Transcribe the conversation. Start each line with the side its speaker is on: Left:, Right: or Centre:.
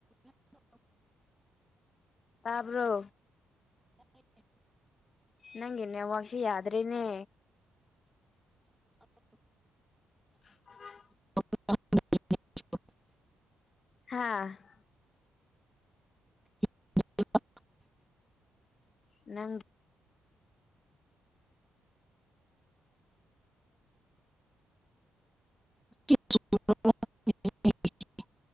Left: ꯇꯥꯕ꯭ꯔꯣ ꯅꯪ ꯏꯅꯦ ꯋꯥꯁꯤ ꯌꯥꯗ꯭ꯔꯦꯅꯦ ꯑ
Centre: <unintelligible>
Left: ꯍꯥꯥ
Centre: <inaudible>
Left: ꯅꯪ
Centre: <inaudible>